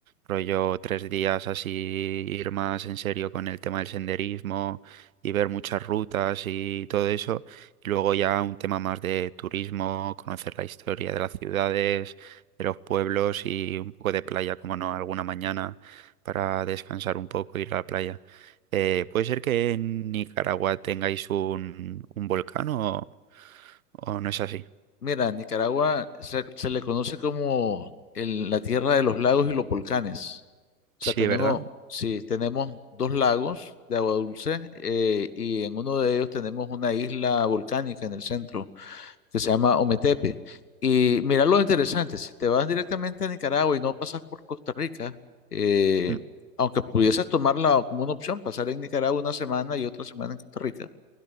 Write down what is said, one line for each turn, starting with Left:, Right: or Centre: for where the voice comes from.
Right: Rollo tres días así, ir más en serio con el tema del senderismo y ver muchas rutas y todo eso. Y luego ya un tema más de turismo, conocer la historia de las ciudades, de los pueblos y un poco de playa, como no, alguna mañana para descansar un poco, ir a la playa. Eh, ¿puede ser que en Nicaragua tengáis un, un volcán o o no es así?
Left: Mira, Nicaragua se, se le conoce como el- la tierra de los lagos y los volcanes. O
Right: Sí,
Left: sea, tenemos,
Right: ¿verdad?
Left: sí, tenemos dos lagos de agua dulce eh, y en uno de ellos tenemos una isla volcánica en el centro que se llama Ometepe. Y mira lo interesante, si te vas directamente a Nicaragua y no pasas por Costa Rica, eh,
Right: Mm,
Left: aunque pudieses tomarla como una opción, pasar en Nicaragua una semana y otra semana en Costa Rica.